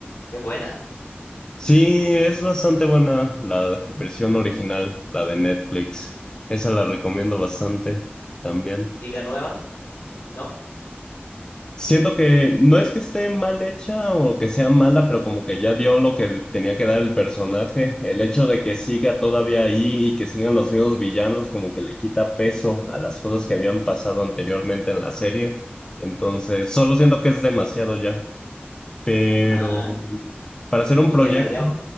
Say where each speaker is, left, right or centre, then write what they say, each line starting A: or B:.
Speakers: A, on the left; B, on the left.
A: ¿Es buena?
B: Sí, es bastante buena la versión original, la de Netflix. Esa la recomiendo bastante también.
A: ¿Y la nueva? <laughs> ¿No?
B: Siento que no es que esté mal hecha o que sea mala, pero como que ya dio lo que tenía que dar el personaje. El hecho de que siga todavía ahí y que sigan los mismos villanos, como que le quita peso a las cosas que habían pasado anteriormente en la serie. Entonces, solo siento que es demasiado ya. Pero
A: Ah,
B: para hacer
A: como
B: un proyecto,
A: que alargar,